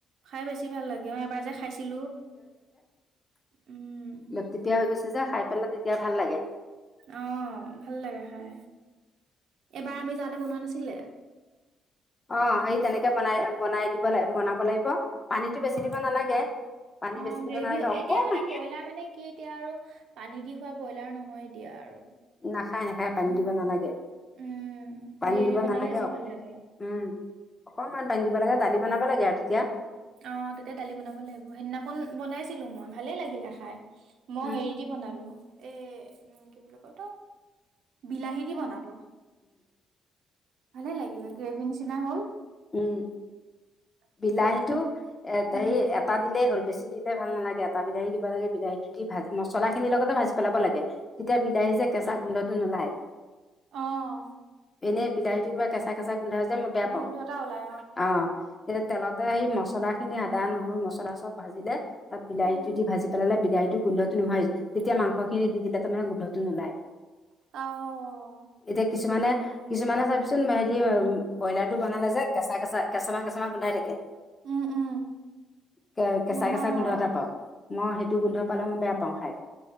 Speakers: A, on the right; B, on the left.
A: খাই বেছি ভাল লাগে অ এবাৰ যে খাইছিলো। উম
B: লপপিয়া হৈ গৈছে যে খাই পেলা তেতিয়া ভাল লাগে।
A: অ ভাল লাগে খাই এবাৰ আমি যাওঁতে বনোৱা নাছিলে।
B: অ সেই তেনেকে বনাই বনাই দিব লাগ বনাব লাগিব পানীতটো বেছি দিব
A: অ
B: নালাগে। পানী
A: অ
B: বেছি
A: গ্ৰেভি
B: দিব নালাগে অকণমান
A: এতিয়া মানে ব্ৰইলাৰ মানে কি এতিয়া আৰু পানী দি খোৱা ব্ৰইলাৰ নহয়। এতিয়া আৰু।
B: নাখায় নাখায় পানী দিব নালাগে।
A: উম
B: পানী
A: গ্ৰেভি
B: দিব
A: বনালে
B: নালাগে
A: যি
B: অ
A: ভাল লাগে
B: উম অকমান পানী দিব লাগে দালি। বনাব লাগে তেতিয়া।
A: অ তেতিয়া দালি বনাব লাগিব সেইদিনাখন বনাইছিলো মই ভালে লাগিলে খাই। মই
B: উম
A: হেৰি দি বনালো। এ উ কি বুলি কয় ত বিলাহী দি বনালো। ভালে লাগিল গ্ৰেভি নিচিনা হ'ল।
B: উম।
A: তাৰপিছত
B: বিলাহীতটো
A: খালো
B: এ
A: উম
B: হে এটা দিলেই হ'ল বেছি দিলে ভাল নালাগে এটা বিলাহী দিব লাগে। বিলাহীতটো দি ভাজি মছলা খিনিৰ লগতে ভাজি পেলাব লাগে তেতিয়া বিলাহী যে কেঁচা গোন্ধটো নোলায়।
A: অহ।
B: এনেই বিলাহীতো কিবা কেঁচা কেঁচা গুন্ধা যে মই বেয়া
A: গোন্ধ
B: পাওঁ
A: এটা ওলাই
B: অ। তেয়া তেলতে আহি মছলা খিনি আদা নহৰু মছলা চব ভাজিলে তাত বিলাহীটো
A: উম
B: দি ভাজি পেলালে। বিলাহীতটো গোন্ধটো নহয় যেতিয়া মাংস খিনি দি দিলে তাৰমানে গোন্ধটো নোলায়।
A: অহ।
B: এতিয়া কিছুমানে কিছুমানে চাবিচোন হেৰি ব্ৰইলাৰ টো বনালে যে কেঁচা কেঁচা কেঁচামা কেঁচমা গোন্ধাই থাকে।
A: উম উম
B: কে কেঁচাই
A: গোন্ধাই
B: কেঁচাই গোন্ধ
A: অ
B: এটা পাও। মই সেইটো গোন্ধ পালেং বেয়া পাওঁ খাই